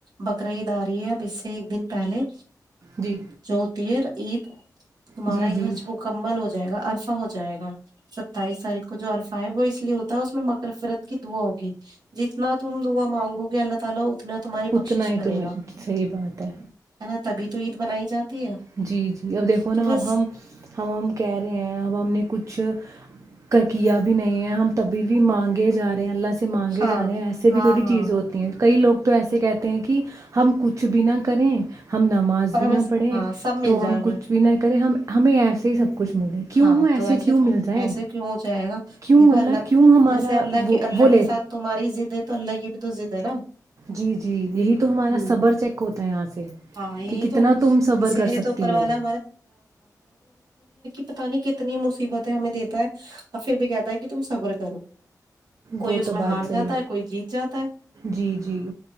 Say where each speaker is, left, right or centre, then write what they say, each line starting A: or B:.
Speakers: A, on the right; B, on the right.
A: بکراعداری ہے اب اس سے ایک دن پہلے
B: جی
A: جوتیر یہ تمہارا
B: جی
A: یہاں
B: جی
A: سے مکمبل ہوتا جائے گا الرفا ہو جائے گا ستائیس تاریخ کو جو عرفہ ہے وہ اس <inaudible>
B: اتنا
A: بخشش
B: ہی
A: کرے
B: تم
A: گا
B: صحی بات ہے
A: ہے نا تبھی تو عید منائی جاتی ہے
B: جی جی اب دیکھو
A: تو
B: نا
A: بس
B: اب ہم ہم ہم کہہ رہے ہیں اب ہم نے کچھ کا کیا بھی نہیں ہے ہم تبھی بھی مانگے جا رہے ہیں اللہ سے سے مانگے
A: ہاں
B: جا رہے ہیں ایسے
A: ہاں
B: بھی تھوڑی
A: ہاں
B: چیز ہوتی ہیں کئی لوگ تو ایسے کہتے ہیں کہ ہم کچھ بھی نہ کریں ہم نماز
A: پر
B: بھی
A: ہمیں
B: نہ پڑھیں
A: ہاں سب
B: تو
A: مل جائے
B: ہم
A: ہمیں
B: کچھ بھی نہ کریں ہم ہمیں ایسے ہی سب کچھ مل جائے کیوں
A: ہاں تو ایسے
B: کیوں
A: تھ
B: مل جائیں
A: ایسے کیوں ہو جائے گا
B: کیوں
A: دیکھو اللہ
B: کیوں ہمارا
A: جیسے اللہ
B: وہ
A: کے اللہ
B: وہ لے
A: کے ساتھ تمہاریضد ہے تو اللہ کی بھی توز د ہے نا
B: جی جی یہی تو ہمارا
A: ہوں
B: صبر چیک ہوتا ہے یہاں سے
A: ہاں یہی
B: کہ کتنا
A: تو
B: تم صبر
A: اسی
B: کر
A: لیے
B: سکتی
A: تو اوپر
B: ہو
A: والا پت نہیں کتنی مصیبتیں ہمیں دیتا ہے اور پھر بھی کہتا ہے کہ تم سفر کرو کوئی
B: وہ
A: اس
B: تو
A: میں
B: بات
A: ہار
B: صحی
A: جاتا ہے کوئی جیت جاتا ہے
B: جی جی